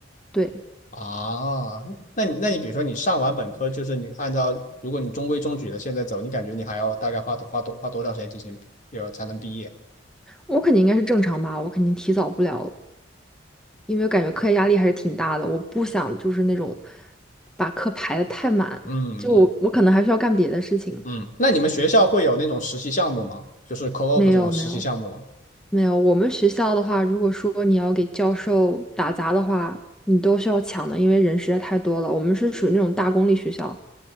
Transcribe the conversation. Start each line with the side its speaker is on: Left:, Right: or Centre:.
Centre: 对，
Left: 啊，那你那你比如说你上完本科，就是你按照如果你中规中矩的现在走，你感觉你还要大概花多花多花多长时间进行有才能毕业？
Centre: 我肯定应该是正常吧，我肯定提早不了。因为感觉课业压力还是挺大的，我不想就是那种把课排的太满，
Left: 嗯嗯
Centre: 就我我可能还需要干别的事情。
Left: 嗯，那你们学校会有那种实习项目吗？就是 co-op
Centre: 没有没有
Left: 这种实习项目吗？
Centre: 没有，我们学校的话，如果说你要给教授打杂的话，你都需要抢的，因为人实在太多了。我们是属于那种大公立学校，